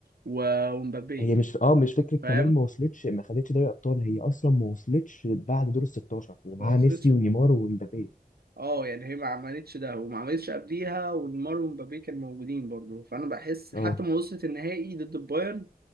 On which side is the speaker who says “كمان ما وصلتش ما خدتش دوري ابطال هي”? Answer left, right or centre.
Left